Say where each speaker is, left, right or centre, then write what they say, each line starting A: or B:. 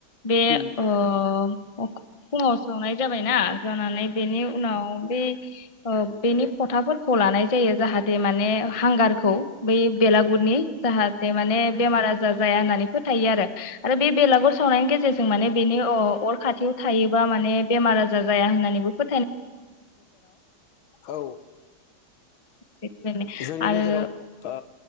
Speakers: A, on the left (about 25°); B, on the left (about 80°).
A: बे
B: उम
A: अ अ फुंआव संनाय जाबायना जानानै बेनि उनाव बे बेनि फथाफोरखौ लानाय जायो जाहाथे माने हांगारखौ बै बेलागुरनि जाहाथे माने बेमार आजार जाया होननानै फोथायो आरो। आरो बे बेलागुर सावनायनि गेजेरजों माने अर खाथियाव थायोबा माने बेमार आजार जाया होननानैबो फो
B: औ
A: बेबायदिनो
B: जोंनि
A: आरो
B: गेजेराव ओ